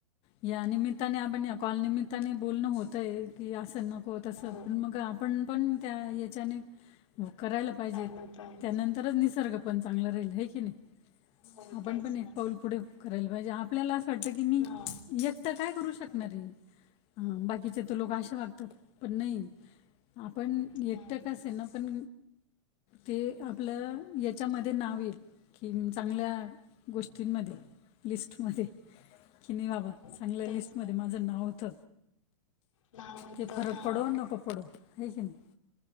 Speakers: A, on the left; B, on the left.
A: या निमित्ताने, आपण या कॉल निमित्ताने बोलणं होत ये की असं न होय असं
B: हो
A: मग आपन पण त्या ह्याच्याने करायला पायजे
B: चालू पाहिजे
A: त्यानं तरच निसर्ग पण चांगला राहील, आहे की नाही,
B: हो
A: आपण
B: तेच
A: पण एक
B: ना
A: पाऊल पुढेऽ करायला पाहिजे, आपल्याला असं वाटतं की मी
B: हा
A: एकटा काय करू शकणारे हे बाकीचे तर लोक असे वागतात. पण नाही. आपण
B: नाही
A: एकट असना पण ते आपलं याच्यामध्ये नाव ऐल की मी चांगल्या गोष्टींमध्ये लिस्टमध्ये कि नाही बाबा
B: हो
A: चांगल्या
B: तेच
A: लिस्टमध्ये
B: ना
A: माझं नाव होत.
B: लहान होत
A: ते फरक
B: हा
A: पडो, नको पडो, हे की नाही.